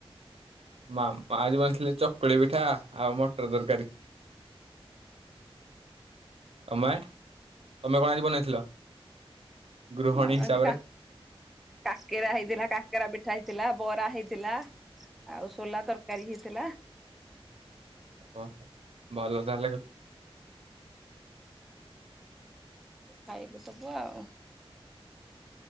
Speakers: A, on the right (about 80°); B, in the centre.
A: ମା ଯଉ ବ ଆଣିଥିଲେ ଚକୁଳି ପିଠା ଆଉ ମଟର ଦରକାରୀ। ତମେ ତମେ କଣ ଆଯି ବନେଇଥିଲ ଗୃହଣୀ
B: ଆମର
A: ହିସାବରେ?
B: ଆଜି କା କାକେରା ହେଇଥିଲା କାକେରା ପିଠା ହେଇଥିଲା ବରା ହେଇଥିଲା ଆଉ ସୋଲା ତରକାରୀ ହେଇଥିଲା।
A: ଓହୋ ଭଲ ତାହେଲେ।
B: ଖାଇଲୁ ସବୁ ଆଉ।